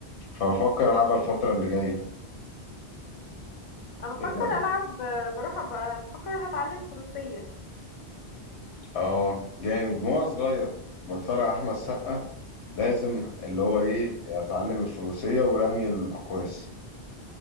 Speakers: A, on the left; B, on the left.
A: فأفكر ألعبها الفترة اللي جاية
B: انا بفكر
A: إيه رأيك؟
B: العب آه، بروح أبقى بفكر هتعلم فروسية
A: آه جامد ما هو صغير بتفرج على أحمد سقا لازم اللي هو ايه اتعلم الفروسية ورمي الاقواس